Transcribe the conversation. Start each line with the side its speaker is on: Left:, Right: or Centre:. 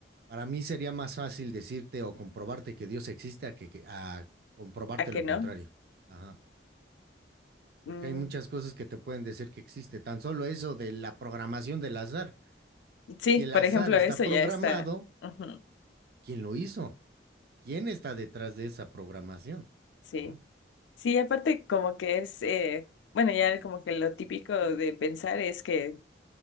Right: Para mí sería más fácil decirte o comprobarte que Dios existe a que, que- a comprobarte
Left: ¿A qué
Right: lo
Left: no?
Right: contrario. Ajá. porque
Left: Mm,
Right: hay muchas cosas que te pueden decir que existe. Tan solo eso de la programación del azar.
Left: sí,
Right: Si el
Left: por
Right: azar
Left: ejemplo,
Right: está
Left: eso
Right: programado,
Left: ya está. ujú,
Right: ¿quién lo hizo? ¿Quién está detrás de esa programación?
Left: Sí,
Right: ¿No?
Left: sí, aparte como que es, eh, bueno, ya como que lo típico de pensar es que